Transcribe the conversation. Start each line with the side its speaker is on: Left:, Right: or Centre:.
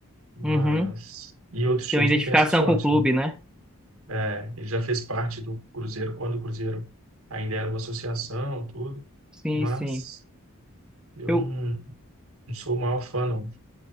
Right: mas
Centre: Uhum.
Right: e outros times
Centre: Tem uma identificação
Right: não têm essa sorte,
Centre: com o clube,
Right: né?
Centre: né?
Right: É, ele já fez parte do Cruzeiro quando o Cruzeiro ainda era uma associação, tudo,
Centre: Sim,
Right: mas
Centre: sim.
Right: eu
Centre: Eu,
Right: não, não sou o maior fã, não.